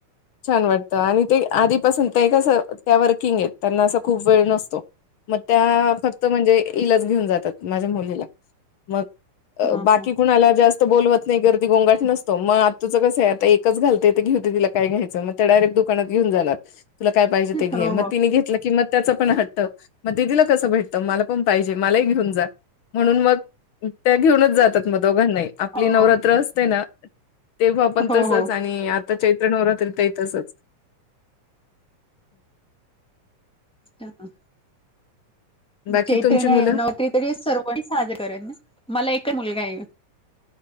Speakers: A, on the left; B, in the centre.
A: छान वाटतं आणि ते आधीपासून ते कसं त्या वर्किंग आहेत त्यांना असं खूप वेळ नसतो मग त्या फक्त म्हणजे हिलाच घेऊन जातात माझ्या मुलीला मग
B: हं,
A: अ बाकी
B: हं.
A: कुणाला जास्त बोलवत नाही गर्दी गोंगट नसतो मग आत्तुचं कस आहे आता एकच घालते तर घेऊ दे तिला काय घ्यायच मग त्या डायरेक्ट दुकानात घेऊन जाणार तुला काय पाहिजे
B: हो,
A: ते घे मग
B: हो.
A: तिने घेतलं कि मग त्याचा पण हट्ट हट्ट मग दीदी ला कसं भेटत मला पण पाहिजे मला ही घेऊन जा म्हणून मग त्या घेऊनच जातात मग दोघांनाही आपली
B: हो,
A: नवरात्र
B: हो.
A: असते ना तेंव्हा आपण
B: हो,
A: तसच
B: हो.
A: आणि आता चैत्र नवरात्रीत ही तसच
B: हा-हा
A: बाकी
B: चैत्र
A: तुमची
B: नाही
A: मुलं?
B: नवरात्री सर्वांनी साजर करत मला एकच मुलगा आहे.